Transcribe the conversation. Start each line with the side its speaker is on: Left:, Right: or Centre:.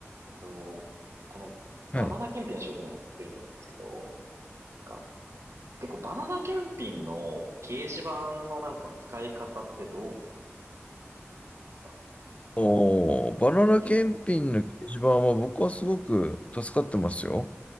Right: えっと、このバナナ検品の仕事もやってると思うんですけど、
Left: はい。
Right: なんか、結構バナナ検品の掲示板のなんか使い方ってどう思いますか
Left: おー、バナナ検品の掲示板は僕はすごく助かってますよ。
Right: 結構、